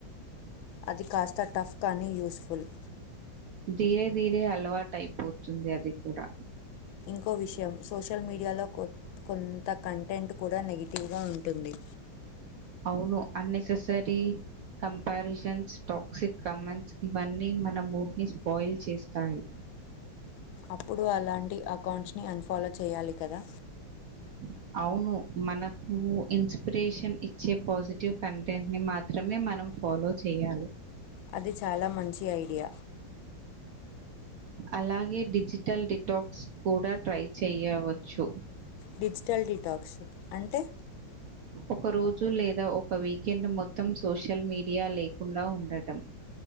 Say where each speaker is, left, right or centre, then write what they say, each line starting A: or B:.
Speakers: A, on the left; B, on the right.
A: అది కాస్త టఫ్ కానీ యూస్ ఫుల్
B: దీరే దీరే అలవాటు అయిపోతుంది అది కూడా
A: ఇంకో విషయం సోషల్ సోషల్ మీడియాలో కొ కొంత కంటెంట్ కూడా నెగిటివ్గా ఉంటుంది
B: అవును అన్నెసెసరీ కంపారిజన్స్ టాక్సిక్ కమన్స్ ఇవన్నీ మన మూడ్ని స్పాయిల్ చేస్తాయి
A: అప్పుడు అలాంటి అకౌంట్స్ని అన్ఫాలో చేయాలి కదా
B: చె అవును మనకు ఇన్స్పిరేషన్ ఇచ్చే పాజిటివ్ కంటెంట్ ని మాత్రమే మనం ఫాలో చేయాలి
A: అది చాలా మంచి ఐడియా
B: అలాగే డిజిటల్ డిటాక్స్ కూడా ట్రై చేయవచ్చు
A: డిజిటల్ డిటాక్స్ అంటే
B: ఒక రోజు లేదా ఒక వీకెండ్ మొత్తం సోషల్ మీడియా లేకుండా ఉండటం